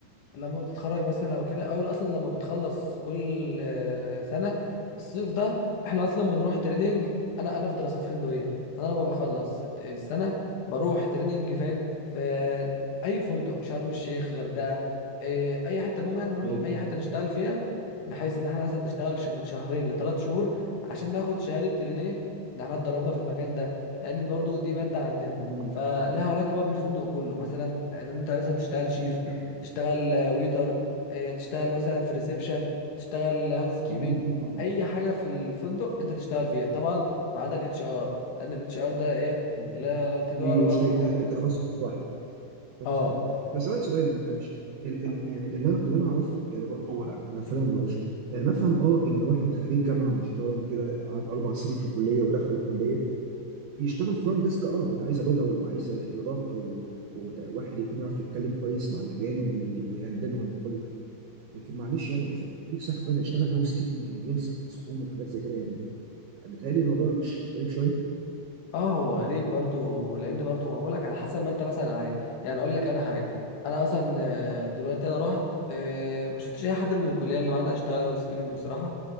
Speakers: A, on the left; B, on the right.
A: لما بتتخرج مثلا او كده او اصلا لما بتخلص كل آه، سنه الصيف ده احنا اصلا بنروح تريننج انا انا في دراسات فندقيه فانا لما بخلص الت- السنه بروح تريننج فين في اي فندق شرم الشيخ غردقه آه، اي حته المهم يعني نروح
B: حلو
A: اي حته نشتغل فيها بحيث ان احنا مثلا نشتغل ش- من شهرين لثلاث شهور عشان ناخد شهاده ترينيه ان احنا اتدربنا في المكان ده لان برضو دي ماده عندنا
B: مم.
A: فليها علاقه بقى بالفندق كله مثلا ان انت مثلا تشتغل شيف
B: <clears throat>
A: تشتغل آه، ويتر آه، تشتغل مثلا في ريسبشن تشتغل هاوس كيبنج
B: اه
A: اي حاجه في الفندق انت تشتغل فيها طبعا ما عدا الاتش ار لان الاتش ار ده ايه
B: مم.
A: لا تجاره
B: دي
A: بقى وكلام
B: ده
A: من
B: ده تخصص
A: ده
B: لوحده حافظ
A: اه
B: لها بسألك سؤال معلش ال
A: اه
B: ال يعني اللي انا اللي انا اعرفه يعني برضه هو انا أنا فعلا ما اعرفش آه، نفهم اه ان واحد خريج جامعه محترم كده قعد اربع سنين في كليه ودخل كليه يشتغل فرونت ديسك اه ده عايزه لغه وعايزه لباقه و- وت- وواحد يكون يعرف يتكلم كويس مع الاجانب وي- ويهندلهم كل حاجه لكن معلش يعني خ- خريج صحه فعلا يشتغل هاوس كيبنج يمسح صحون وحاجات زي كده يعني متهيألي الموضوع مش مش غريب شويه
A: آه، هو غريب برضو لان برضو ما بقولك على حسب ما انت مثلا عايز يعني اقول لك انا حاجه انا مثلا آه، دلوقتي انا رحت آه، ما شفتش اي حد من الكليه اللي معانا اشتغل هاوس كيبنج بصراحه